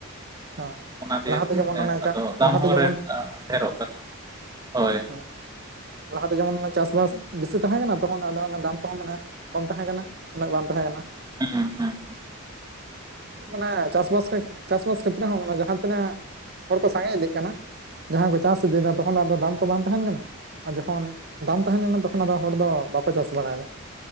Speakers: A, on the right (about 45°); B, on the right (about 20°).
A: ᱦᱮᱸ
B: ᱚᱱᱟ ᱫᱤᱭᱮᱛᱮ
A: ᱞᱟᱦᱟ ᱛᱮ ᱡᱮᱢᱚᱱ ᱚᱱᱮ ᱮᱴᱟᱜ
B: ᱟᱫᱚ ᱫᱟᱢ
A: ᱞᱟᱦᱟ
B: ᱦᱚᱸ
A: ᱛᱮ ᱡᱮᱢᱚᱱ
B: ᱨᱮᱴ ᱰᱷᱮᱨᱚᱜ ᱠᱟᱱᱟ ᱦᱳᱭ
A: ᱦᱮᱸ ᱞᱟᱦᱟ ᱛᱮ ᱡᱮᱢᱚᱱ ᱪᱟᱥᱵᱟᱥ ᱵᱮᱥᱤ ᱛᱟᱦᱮᱸ ᱠᱟᱱᱟ ᱛᱚᱠᱷᱚᱱ ᱟᱫᱚ ᱚᱱᱮ ᱫᱟᱢ ᱠᱚᱦᱚᱸ ᱢᱟᱱᱮ ᱠᱚᱢ ᱛᱟᱦᱮᱸ ᱠᱟᱱᱟ ᱩᱱᱟᱹᱜ ᱵᱟᱝ ᱛᱟᱦᱮᱸ ᱠᱟᱱᱟ᱾
B: ᱦᱩᱸ ᱦᱩᱸ
A: ᱢᱟᱱᱮ ᱪᱟᱥᱼᱵᱟᱥ ᱨᱮᱠ ᱪᱟᱥ ᱵᱟᱥ ᱠᱷᱮᱛ ᱨᱮᱦᱚᱸ ᱢᱟᱱᱮ ᱡᱟᱦᱟᱸ ᱛᱤᱱᱟᱹᱜ ᱦᱚᱲ ᱠᱚ ᱥᱟᱸᱜᱮ ᱤᱫᱤᱜ ᱠᱟᱱᱟ, ᱡᱟᱦᱟᱸᱭ ᱠᱚ ᱪᱟᱥ ᱤᱫᱤᱭ ᱫᱟ ᱛᱚᱠᱷᱚᱱ ᱫᱚ ᱟᱫᱚ ᱫᱟᱢ ᱠᱚ ᱵᱟᱝ ᱛᱟᱦᱮᱱ ᱠᱟᱱᱟ᱾ ᱟᱨ ᱡᱚᱠᱷᱚᱱ ᱫᱟᱢ ᱛᱟᱦᱮᱸ ᱞᱮᱱᱟ ᱛᱚᱠᱷᱚᱱ ᱟᱫᱚ ᱦᱚᱲ ᱫᱚ ᱵᱟᱠᱚ ᱪᱟᱥ ᱵᱟᱲᱟᱭᱮᱫᱟ᱾